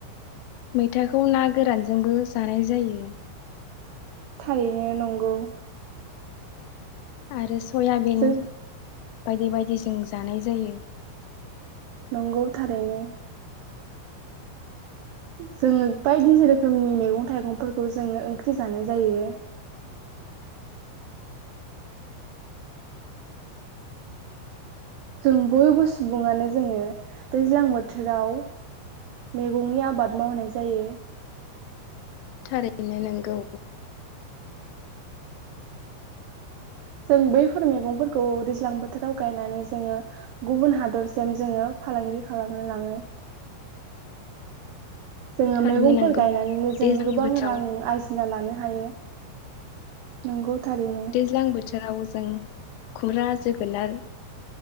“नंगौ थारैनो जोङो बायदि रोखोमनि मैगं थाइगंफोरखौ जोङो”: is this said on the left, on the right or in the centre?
Right